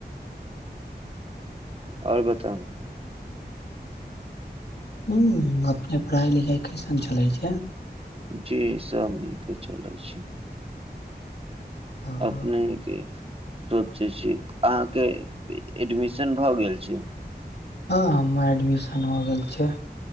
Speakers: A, on the right; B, on the left.
A: आओर बताउ
B: ह अपने पढ़ाइ लिखाइ कैसन चलै छै।
A: जी सब नीके चलै छै।
B: हँ
A: अपनेके सोचै छी अहाँके एडमिशन भ गेल छै।
B: हँ हममे एडमिशन हो गेल छै